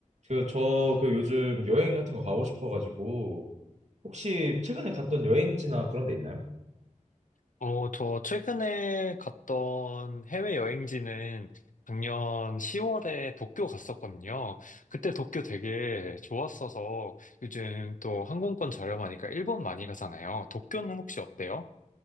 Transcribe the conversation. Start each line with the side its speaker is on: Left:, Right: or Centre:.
Right: 그, 저, 그 요즘 여행 같은 거 가고 싶어가지고, 혹시 최근에 갔던 여행지나 그런 데 있나요?
Left: 어, 저 최근에 갔던 해외 여행지는 작년 10월에 도쿄 갔었거든요. 그때 도쿄 되게 좋았어서 요즘 또 항공권 저렴하니까 일본 많이 가잖아요. 도쿄는 혹시 어때요?